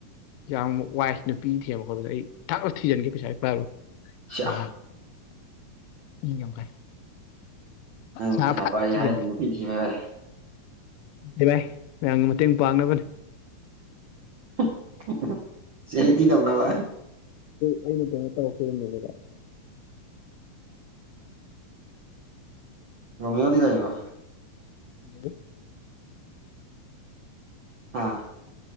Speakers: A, on the left; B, on the right.
A: ꯌꯥꯝ ꯋꯥꯏ ꯅꯨꯄꯤ ꯊꯦꯝ ꯈꯣꯠꯗ ꯑꯩ ꯊꯥꯛꯂ ꯊꯤꯖꯤꯟꯒꯦ ꯄꯩꯁꯥ ꯄꯥꯏꯕ
B: ꯁꯤꯌꯥ
A: ꯁ ꯏ ꯀꯣꯟꯀꯥꯏ
B: ꯅꯪ
A: ꯆ
B: ꯄꯩꯁꯥ
A: ꯐ
B: ꯄꯥꯏꯒꯦ ꯍꯥꯏꯔꯗꯤ
A: ꯊꯦ
B: ꯅꯨꯄꯤ ꯊꯤꯕ ꯌꯥꯔꯦ
A: ꯚꯥꯏ ꯃꯌꯥꯝꯒꯤ ꯃꯇꯦꯡ ꯄꯥꯡꯅꯕꯅꯦ
B: <inaudible> ꯇꯧꯅꯕ
A: ꯑꯩꯅ ꯇꯉ ꯇꯣꯀꯉꯗ
B: ꯔꯃꯦ ꯌꯗꯤ ꯂꯩꯕ
A: ꯎ
B: ꯑꯥ